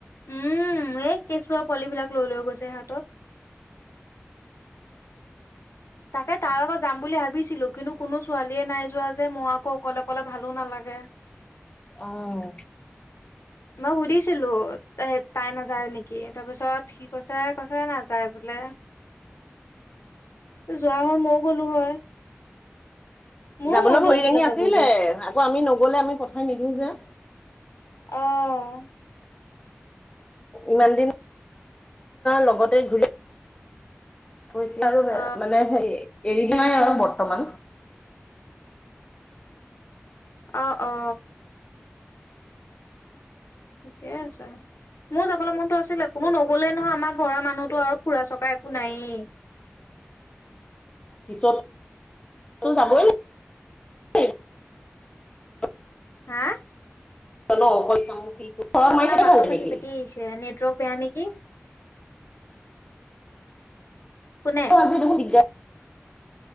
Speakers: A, on the left (about 85°); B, on the left (about 25°).
A: উম, এই কেঁচুৱা পোৱালিবিলাক লৈ লৈ গৈছে হাতত। তাকে কাৰলগত যাম বুলি ভাবিছিলো। কিন্তু কোনো ছোৱালীয়ে নাই যোৱা যে মই আকৌ অকলে অকলে ভালো নালাগে। <inaudible>
B: আহ
A: মই সুধিছিলো, তাই নাযায় নেকি? তাৰপিছত সি কৈছে কৈছে নাযায় বোলে। যোৱা হয় মইও গ'লো হয়। মোৰো
B: যাবলৈ
A: মনটো
B: ভৰি দঙি
A: যাবলে
B: আছিলে। আকৌ আমি নগলে আমি পঠাই নিদিওঁ যে।
A: আহ
B: ইমান দিন লগতে ঘূৰি। এতিয়া আৰু
A: অ
B: মানে হে এৰি দিয়া নাই আৰু বৰ্তমান
A: অ' অ'। ঠিকেই আছে। মোৰ যাবলৈ মনতো আছিলে, কোনো নগলেই নহয়, আমাৰ ঘৰৰ মানুহতো আৰু ফুৰা চকা একো নায়েই। <inaudible>
B: পিছত যাবই লাগিব <inaudible>
A: হা
B: <inaudible>
A: আপোনাৰ
B: থকাই
A: মাতটো
B: ভাল
A: ফাটি
B: নেকি
A: ফাটি আহিছে, নেটৱৰ্ক বেয়া নেকি? কোনে
B: ফজি দেখোন দিগদাৰ।